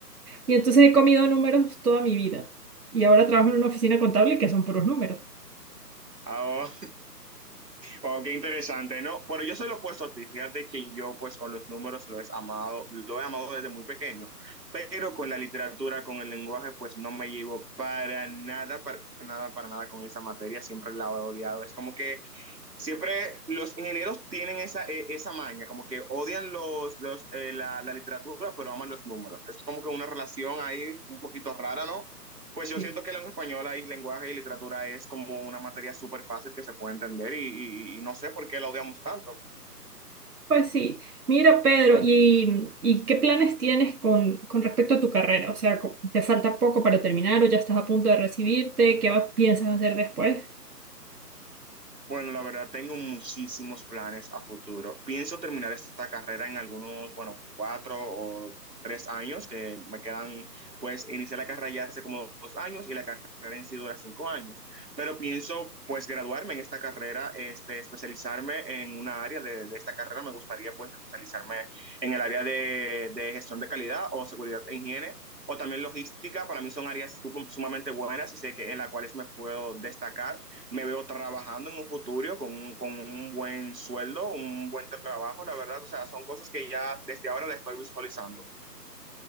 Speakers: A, on the right; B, on the right.
A: Y entonces he comido números toda mi vida. Y ahora trabajo en una oficina contable que son puros números.
B: Ah, Wow, qué interesante, ¿no? Bueno, yo soy lo opuesto a ti. Fíjate que yo, pues, con los números lo he amado, lo he amado desde muy pequeño, pero con la literatura, con el lenguaje, pues, no me llevo para nada, para nada, para nada con esa materia. Siempre la he odiado. Es como que siempre los ingenieros tienen esa, eh, esa maña, como que odian los, los, eh, la, la, literatura, pero aman los números. Es como que una relación ahí un poquito rara, ¿no? Pues yo
A: Sí.
B: siento que lengua española y lenguaje y literatura es como una materia súper fácil que se puede entender y, y, y no sé por qué la odiamos tanto.
A: Pues sí. Mira, Pedro, ¿y, y qué planes tienes con, con respecto a tu carrera? O sea, co- ¿te falta poco para terminar o ya estás a punto de recibirte? ¿Qué va- piensas hacer después?
B: Bueno, la verdad tengo muchísimos planes a futuro. Pienso terminar esta carrera en algunos, bueno, cuatro o tres años que me quedan, pues inicié la carrera ya hace como dos años y la carrera en sí dura cinco años. Pero pienso, pues, graduarme en esta carrera, este, especializarme en una área de, de esta carrera. Me gustaría, pues, especializarme en el área de, de gestión de calidad o seguridad e higiene. o también logística, para mí son áreas sum- sumamente buenas y sé que en las cuales me puedo destacar me veo trabajando en un futuro con un, con un buen sueldo, un buen trabajo, la verdad, o sea, son cosas que ya desde ahora la estoy visualizando.